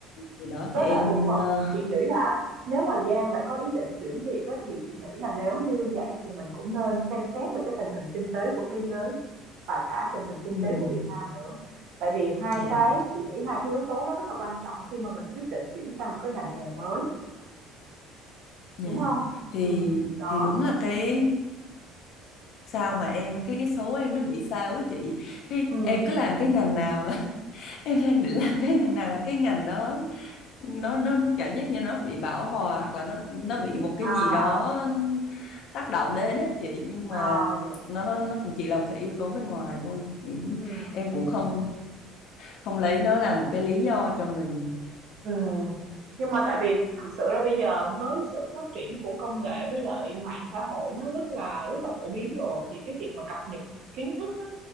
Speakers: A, on the left (about 50°); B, on the right (about 55°).
A: thì đó
B: với
A: thì em
B: lại một phần
A: ờ,
B: chị nghĩ là nếu mà Giang đã có ý định chuyển việc á, thì chị nghĩ là nếu như vậy thì mình cũng nên xem xét về cái tình hình kinh tế của thế giới và cả tình hình kinh
A: ừm,
B: tế của Việt Nam nữa tại vì hai
A: dạ
B: cái chị nghĩ hai cái yếu tố đó rất là quan trọng khi mà mình quyết định chuyển sang một cái ngành nghề mới
A: dạ
B: Đúng không?
A: thì
B: Ừm, đó,
A: thì đúng là cái sao mà em cái cái số em nó bị sao á chị cái
B: ừm,
A: em cứ làm cái ngành nào là <laughs> em đang định làm cái ngành nào là cái ngành đó nó nó cảm giác như nó bị bão hòa hoặc là nó nó bị một cái
B: à,
A: gì đó tác động đến ấy chị nhưng mà
B: à, vậy
A: nó nó nó cũng chỉ là một cái yếu tố bên ngoài thôi Cũng-
B: ừm,
A: em cũng không không lấy nó là một cái lý do cho mình
B: ừm. Nhưng mà tại vì thực sự ra bây giờ với sự phát triển của công nghệ với lại mạng xã hội nó rất là rất là phổ biến rồi, thì cái việc mà cập nhật kiến thức á,